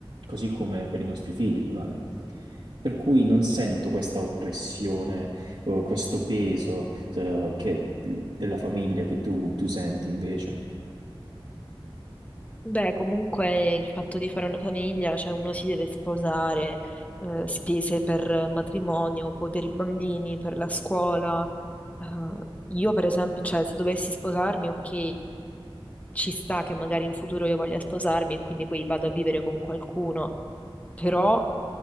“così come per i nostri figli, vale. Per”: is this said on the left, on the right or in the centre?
Right